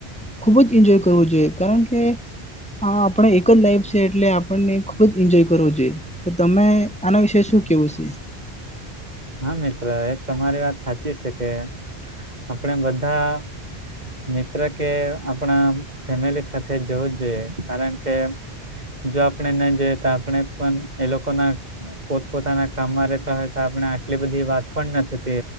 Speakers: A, in the centre; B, on the right.
A: ખુબ જ એન્જોય કરવો જોઈએ કારણ કે હા આપણા એક જ લાઈફ છે એટલે આપણને ખુબ જ એન્જોય કરવો જોઈએ. તો તમે આના વિશે શું કેવું છે.
B: હા મિત્ર એ તમારી વાત સાચી છે કે આપણે બધા. મિત્ર કે આપણા ફેમિલી સાથે જવું જ જોઈએ કારણ કે જો આપણે નહી જઈએ તો આપણે પણ એ લોકો ના પોત પોતાના કામમાં રહેતા હોય તો આપણે. એટલી બધી વાત પણ ન થતી